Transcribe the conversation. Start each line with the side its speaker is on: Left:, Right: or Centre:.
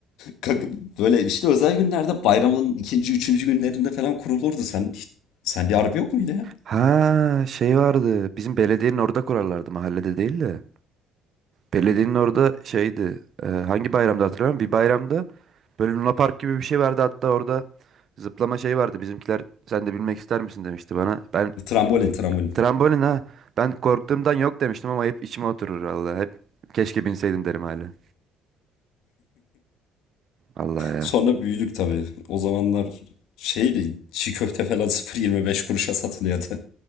Left: Kanka böyle işte özel günlerde bayramın ikinci, üçüncü günlerinde falan kurulurdu. Sen hiç- sende harbi yok muydu ya?
Right: Ha şey vardı bizim belediyenin orada kurarlardı mahallede değil de. Belediyenin orada şeydi. e, hangi bayramda hatırlamıyorum. Bir bayramda böyle Luna Park gibi bir şey vardı. Hatta orada zıplama şey vardı. Bizimkiler sen de bilmek ister misin demişti bana. Ben
Left: Trambolin, trambolin.
Right: trambolin ha. Ben korktuğumdan yok demiştim ama hep içime oturur Allah. Hep keşke binseydim derim hala. Allah ya.
Left: Sonra büyüdük tabii. O zamanlar şeydi, çiğ köfte falan sıfır yirmi beş kuruşa satılıyordu.